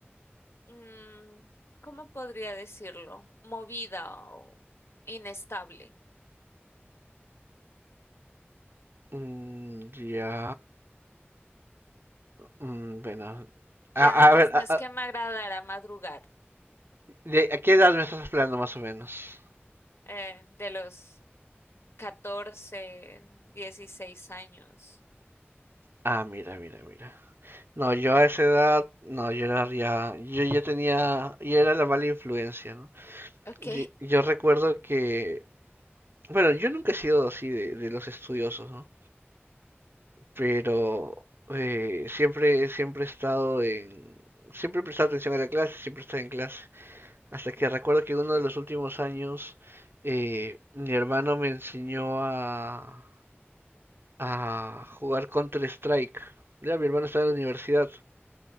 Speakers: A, on the left; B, on the right.
A: mm, ¿cómo podría decirlo? Movida o inestable.
B: Mm, ya. Mm, bueno. A,
A: Y además
B: a ver,
A: no
B: a,
A: es
B: a-
A: que me agradara madrugar
B: ¿de- a qué edad me estás hablando más o menos?
A: eh, de los catorce dieciséis años.
B: Ah, mira, mira, mira. No, yo a esa edad, no, yo era ya, yo ya tenía, yo era la mala influencia, ¿no?
A: Ok,
B: Yo, yo recuerdo que Bueno, yo nunca he sido así de, de los estudiosos, ¿no? Pero eh, siempre, siempre he estado en... Siempre he prestado atención a la clase, siempre he estado en clase. Hasta que recuerdo que uno de los últimos años eh, mi hermano me enseñó a, a jugar Counter-Strike. Ya, mi hermano estaba en la universidad.